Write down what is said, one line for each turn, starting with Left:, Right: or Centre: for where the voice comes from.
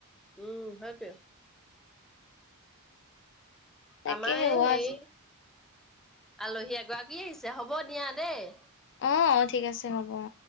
Centre: উম ভাক
Left: তাকেহে
Centre: আমাৰ
Left: অ
Centre: সেই
Left: আজি
Centre: আলহী এগৰাকী আহিছে হ'ব দিয়া দেই
Left: অ অ ঠিক আছে হ'ব অ